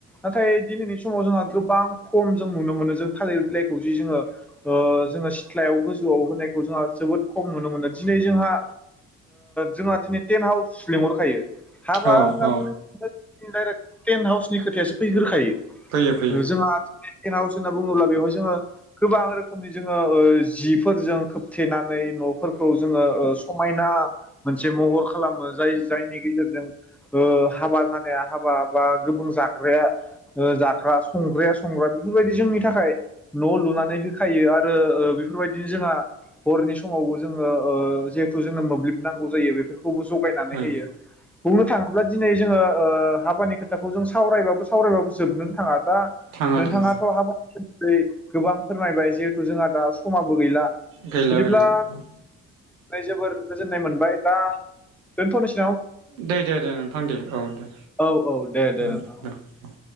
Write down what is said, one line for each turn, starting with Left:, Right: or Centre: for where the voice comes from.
Centre: नाथाय दिनैनि समाव जोंहा गोबां खम जों नुनो मोनो जों थालिर बिलाइखौ जि जोङो जोङो सिथ्लायाव गोजौआव होनायखौ जोंहा जोबोद खम नुनो मोनो दिनै जोंहा जोंहा दिनै टेन्ट हाउस लेंंहरखायो हा बार
Right: औ
Centre: होन
Right: औ
Centre: बुं ज दाइरक्ट टेन्ट हाउसनि खोथायासो फैगोखायो
Right: फैयो फैयो
Centre: जोंहा दिनै टेन्ट हावस। होनना बुङोब्ला बेवहाय जोङो गोबां रोखोमनि जोङो जिफोरजों खोबथेनानै न'फोरखौ जोङो समायना मोनसे महर खालामो जाय जायनि गेजेरजों हाबा जानाया हाबा बा गुबब जाग्राया जाग्रा संग्राया संग्रा बेफोरबायदि जोंनि थाखाय न' लुनानै होखायो आरो बेफोरबायदिनो जोंहा हरनि समावबो जोङो जिहेथु जोंनो मोब्लिब नांगौ जायो बेफोर खौबो जगायनानै
Right: ओं
Centre: होयो बुंनो थाङोब्ला दिनै जोङो हाबानि खोथाखौ जों सावरायबाबो सावरायबाबो जोबनोनो थाङा दा
Right: थाङा
Centre: नोंथाङाथ'
Right: थाङा
Centre: हाबा नि गोबां फोरमायबाय जिहेथु जोंहा दा समाबो गैला
Right: गैला
Centre: बिदिब्ला
Right: गैला औ
Centre: जोबोर गोजोननाय मोनबाय दा दोनथ'निसै
Right: दे दे दे नोंथां दे औ दे
Centre: औ औ
Right: औ
Centre: नोंथां
Right: दे दे औ